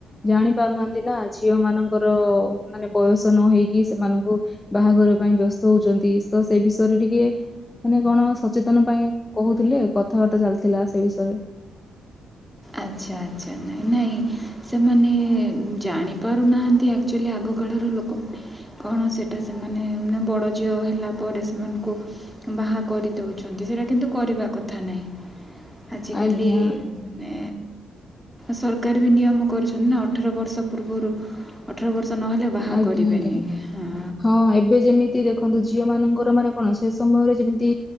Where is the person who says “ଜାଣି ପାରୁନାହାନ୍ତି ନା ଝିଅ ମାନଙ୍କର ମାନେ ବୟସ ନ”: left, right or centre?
Left